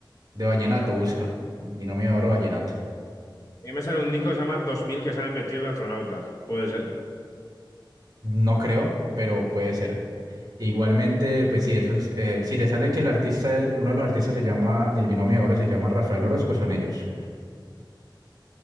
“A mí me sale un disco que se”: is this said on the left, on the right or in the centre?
Left